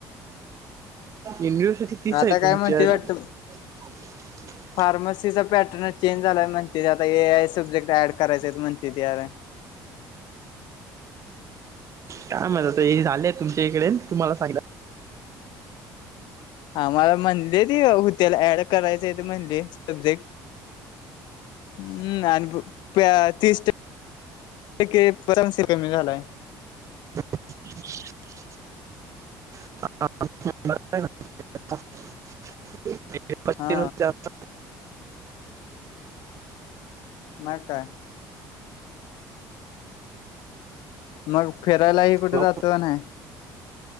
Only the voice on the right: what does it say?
युनिव्हर्सिटी तीच
हाय
तुमचीवाली
<unintelligible>
काय माहित आता हे झालेत तुमच्या इकडे तुम्हाला सांगितला
<inaudible> <unintelligible>
भाऊ.